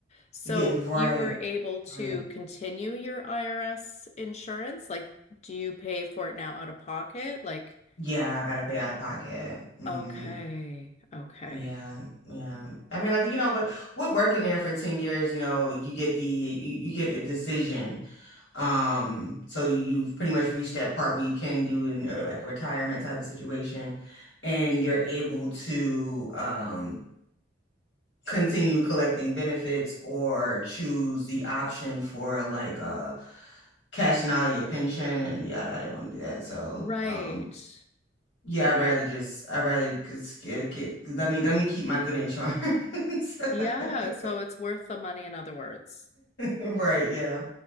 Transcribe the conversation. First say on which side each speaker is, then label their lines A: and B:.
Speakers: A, on the left (about 35°); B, on the left (about 80°).
A: So
B: Yeah, right.
A: you were able to
B: Right.
A: continue your IRS insurance? Like, do you pay for it now out of pocket? Like,
B: Yeah, I gotta pay out of pocket. hmm
A: okay, okay.
B: Yeah, yeah. I mean, like, you know, but we're working there for 10 years, you know, you get the you, you get a decision. Um, so you've pretty much reached that part where you can do an or like a retirement type of situation and you're able to um continue collecting benefits or choose the option for like uh cashing out of your pension and yeah, I didn't want to do that. So
A: Right,
B: um yeah,
A: right.
B: I'd rather just I'd rather just get get let me let me keep my good insurance.
A: Yeah,
B: <laughs>
A: so it's worth the money, in other words.
B: Right, yeah.